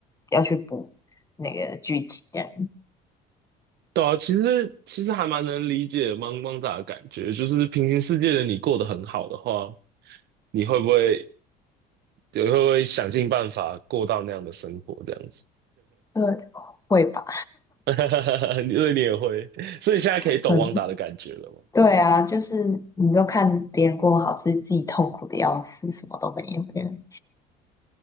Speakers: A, on the left; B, on the right.
A: 要去补那个剧情这样，
B: 对啊，其实其实还蛮能理解茫茫仔的感觉，就是平行世界的你过得很好的话，你会不会你会不会想尽办法过到那样的生活这样子？
A: 呃，会吧？
B: <laughs> 因所以你也会，所以现在可以懂汪达的感觉了吗？
A: 可能对啊，就是你都看别人过好，自己自己痛苦的要死，什么都没有，这样